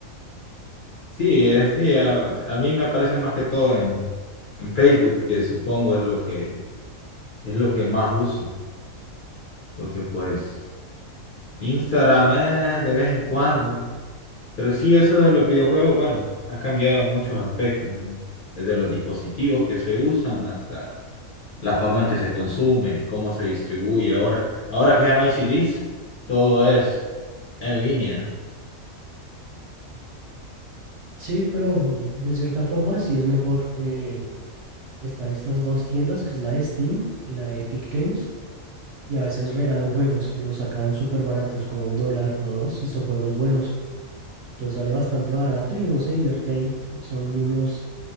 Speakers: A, on the left (about 50°); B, on the right (about 60°).
A: Sí, es, sí, a, a mí me aparecen más que todo en, en Facebook, que supongo es lo que, es lo que más uso, porque pues Instagram, eh, de vez en cuando. Pero sí, eso de los videojuegos, bueno, ha cambiado en muchos aspectos, ¿no? Desde los dispositivos que se usan hasta la forma en que se consume y cómo se distribuye ahora. Ahora que ya no hay CDs, todo es en línea.
B: Sí, pero mm, en cierta forma sí es mejor. eh, están estas dos tiendas, que es la de Steam y la de Epic Games, y a veces regalan juegos o los sacan súper baratos, como a un dólar o a dos, y son juegos buenos. Entonces sale bastante barato y uno se divierte ahí. Son unos,